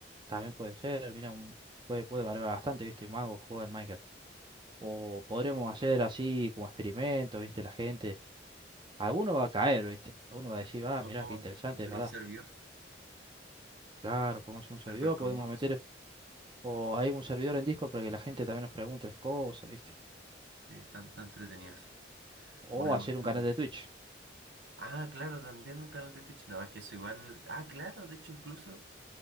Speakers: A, on the right; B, on the right.
A: también puede ser, mira, un- puede, puede valer bastante, ¿viste? Mago juega en Minecraft. O podríamos hacer así como experimentos, ¿viste? La gente... Alguno va a caer, ¿viste? Alguno va a
B: Sí,
A: decir,
B: pues,
A: ah,
B: Podemos
A: mirá, qué interesante,
B: hacer
A: es verdad.
B: un servidor,
A: Claro, podemos hacer
B: server
A: un servidor,
B: con
A: podemos
B: mods.
A: meter O hay un servidor en Discord para que la gente también nos pregunte las cosas, ¿viste?
B: Sí, están tan entretenidos.
A: O
B: Bueno,
A: hacer
B: igual-
A: un canal de Twitch.
B: Ah, claro, también un canal de Twitch. No, es que eso igual. Ah, claro, de hecho, incluso